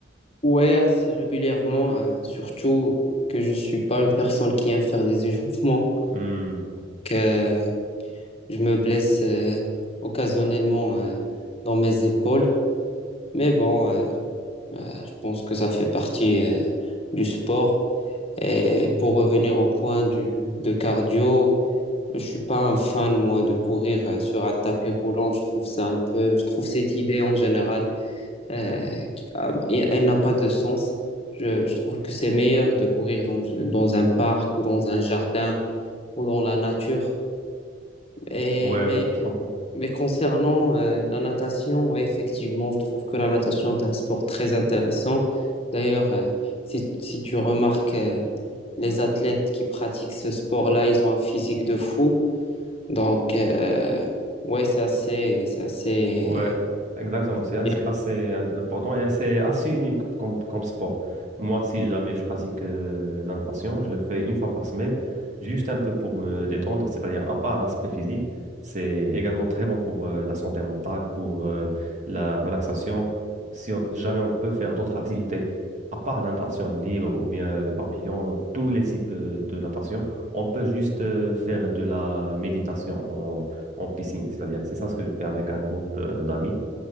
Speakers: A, on the left; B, on the right.
A: ouais, assez régulièrement, euh, surtout que je suis pas une personne qui aime faire des échauffements.
B: Hmm,
A: Donc, euh, Je me blesse euh, occasionnellement euh, dans mes épaules. Mais bon, euh, euh, je pense que ça fait partie euh, du sport. Et pour revenir au point du, de cardio, je suis pas un fan, moi, de courir euh, sur un tapis roulant. Je trouve ça un peu, je trouve cette idée en général, euh, qui- euh, elle n'a pas de sens. Je, je trouve que c'est meilleur de courir dans, dans un parc ou dans un jardin ou dans la nature. Et,
B: Ouais,
A: mais
B: ouais, je comprends.
A: Mais concernant euh, la natation, ouais, effectivement, je trouve que la natation est un sport très intéressant. D'ailleurs, euh, si, si tu remarques, euh, les athlètes qui pratiquent ce sport-là, ils ont un physique de fou. Donc, euh, ouais, c'est assez, c'est assez,
B: Ouais, exactement.
A: assez
B: C'est assez,
A: bien.
B: assez, euh, important et assez, assez unique comme, comme sport. Moi, si jamais je pratique euh, la natation, je le fais une fois par semaine, juste un peu pour me détendre, c'est-à-dire à part l'aspect physique, c'est également très bon pour euh, la santé mentale, pour euh, la relaxation. Si on- jamais on peut faire d'autres activités, à part la natation libre ou bien le papillon, tous les types euh, de natation, on peut juste euh, faire de la méditation en piscine. C'est-à-dire, c'est ça ce que je fais avec un groupe euh, d'amis.